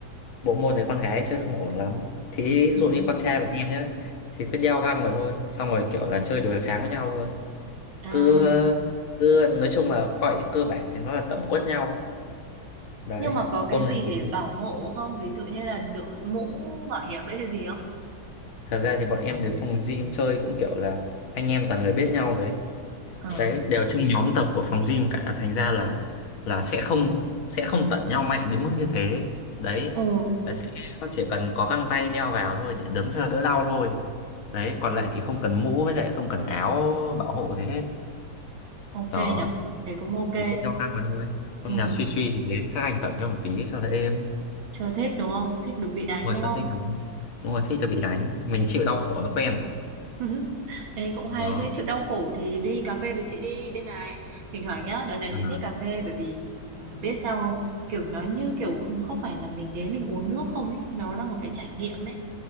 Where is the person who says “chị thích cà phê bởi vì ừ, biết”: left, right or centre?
Right